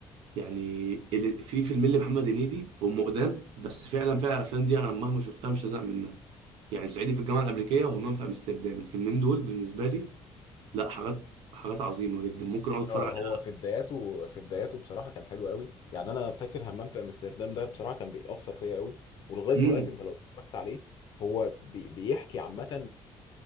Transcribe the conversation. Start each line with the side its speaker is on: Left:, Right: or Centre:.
Right: يعني اللي في فيلم اللي محمد هنيدي ام قدام بس فعلا فعلا الافلام دي انا مهما شفتها مش هزهق منها يعني صعيدي في الجامعه الامريكيه وهمام في امستردام الفيلمين دول بالنسبه لي لا حاجات حاجات عظيمه جدا ممكن اقعد اتفرج
Left: اه
Right: عليها
Left: هو في بداياته في بداياته بصراحة كان حلو قوي يعني انا فاكر همام في امستردام ده بصراحة كان بيأثر فيا قوي ولغاية
Right: امم
Left: دلوقتي انت لو اتفرجت عليه هو بي بيحكي عامة